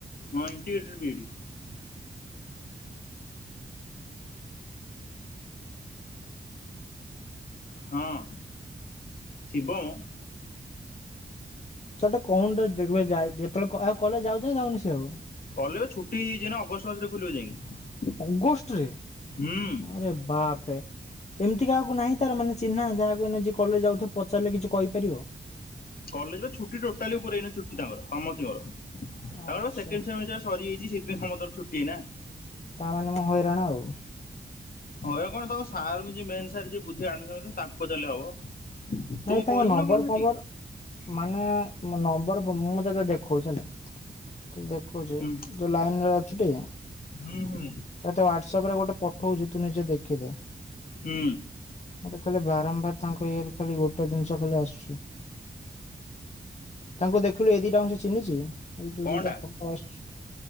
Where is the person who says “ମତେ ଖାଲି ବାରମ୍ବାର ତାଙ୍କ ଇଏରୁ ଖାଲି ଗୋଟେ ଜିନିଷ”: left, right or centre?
Left